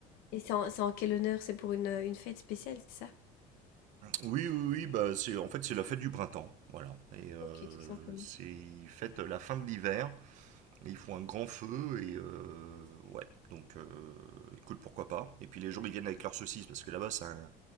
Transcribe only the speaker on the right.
Oui, oui, oui, bah c'est en fait c'est la fête du printemps, voilà. Et euh,
c'est fête la fin de l'hiver. et Ils font un grand feu et euh, ouais. Donc euh, écoute, pourquoi pas. Et puis les gens ils viennent avec leurs saucisses parce que là-bas c'est un,